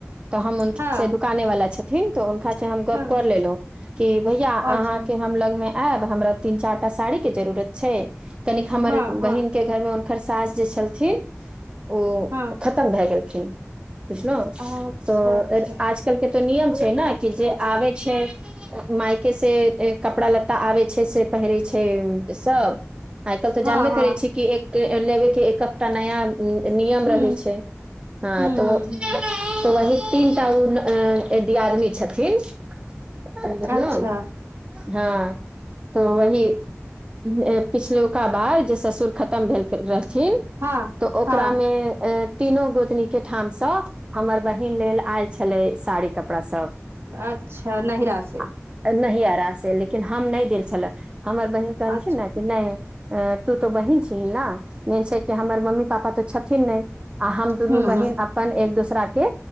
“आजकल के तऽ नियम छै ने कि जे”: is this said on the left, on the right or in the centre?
Right